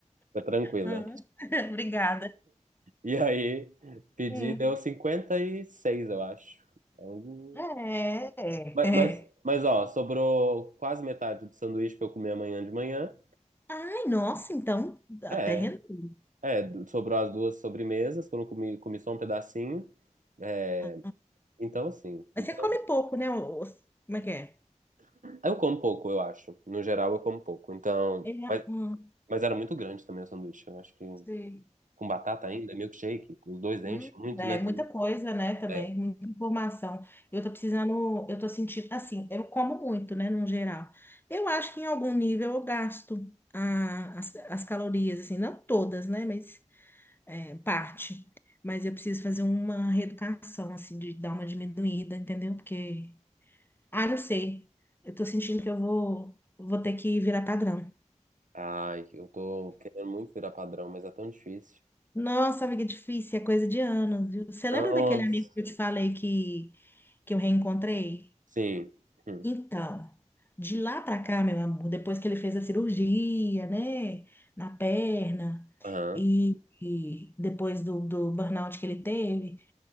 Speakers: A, on the right; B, on the left.
A: fica tranquila.
B: Ah, <laughs> Obrigada.
A: E aí, pedi,
B: Hum.
A: deu 56 eu acho. É um-
B: É, é,
A: Mas,
B: é.
A: mas, mas, ó, sobrou quase metade do sanduíche que eu comi amanhã de manhã.
B: Ai, nossa, então, até
A: É,
B: rendeu.
A: é, do- sobrou as duas sobremesas, que eu não comi, comi só um pedacinho. É,
B: Ah,
A: então, assim,
B: mas
A: então...
B: você come pouco, né? ô- ô- Como é que é?
A: Eu como pouco, eu acho. No geral, eu como pouco. Então,
B: É,
A: mas,
B: hum,
A: mas era muito grande também o sanduíche. Eu acho que
B: sei.
A: com batata ainda, milkshake, os dois enchem
B: Hum,
A: muito,
B: É
A: né,
B: muita
A: também.
B: coisa, né, também,
A: É.
B: muita informação. Eu tô precisando, eu tô sentindo, assim, eu como muito, né, no geral. Eu acho que em algum nível eu gasto a- as, as calorias, assim, não todas, né, mas é, parte. Mas eu preciso fazer uma reeducação, assim, de dar uma diminuída, entendeu? Porque, ah, não sei, eu tô sentindo que eu vou, vou ter que virar padrão.
A: Ai, eu tô querendo muito virar padrão, mas é tão difícil.
B: Nossa, amiga, é difícil, é coisa de anos, viu? Você lembra
A: Nossa,
B: daquele amigo que eu te falei que, que eu reencontrei?
A: sim. Hum.
B: Então, de lá pra cá, meu amor, depois que ele fez a cirurgia, né, na perna,
A: Aham.
B: e, e depois do, do burnout que ele teve,